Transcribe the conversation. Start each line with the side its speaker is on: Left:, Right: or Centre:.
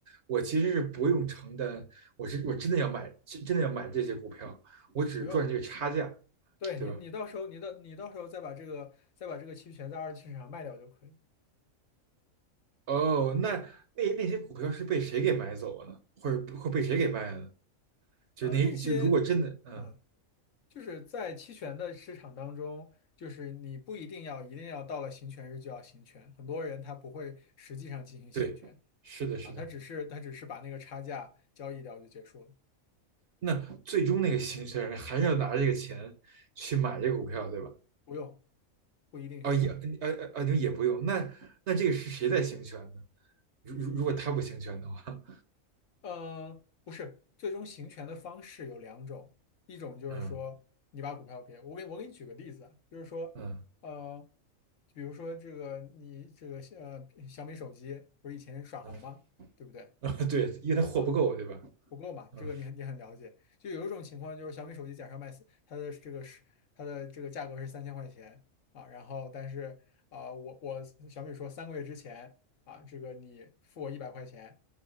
Right: 我其实是不用承担，我是我真的要买，真真的要买这些股票，我只赚这个差价，
Left: 你不用。对你，
Right: 对吧？
Left: 你到时候你的你到时候再把这个再把这个期权在二级市场卖掉就可以。
Right: 哦，那那那些股票是被谁给买走了呢？或者或被谁给卖了呢？就那就如果真的，
Left: 呃，那些，
Right: 嗯，
Left: 嗯，就是在期权的市场当中，就是你不一定要一定要到了行权日就要行权，很多人他不会实际上进行行权
Right: 对，是的，是的，
Left: 啊，他只是他只是把那个差价交易掉就结束了，
Right: 那最终那个行权人还是要拿这个钱去买这个股票，对吧？
Left: 不用，不一定需要。
Right: 哦，也，呃呃呃，你也不用。那那这个是谁在行权呢？如如如果他不行权的话，
Left: 呃，不是，最终行权的方式有两种，一种就是说你把股票给我给我给你举个例子啊，
Right: 嗯
Left: 就是说，
Right: 嗯
Left: 呃，比如说这个你这个呃小米手机不是以前耍猴吗？
Right: 嗯，
Left: 对不对
Right: <laughs> 对，因为他货不够，
Left: 啊？
Right: 对吧？
Left: 不够嘛，
Right: 嗯
Left: 这个你很你很了解。就有一种情况就是小米手机假设卖四它的这个是它的这个价格是三千块钱啊，然后但是啊、我我小米说三个月之前啊，这个你付我一百块钱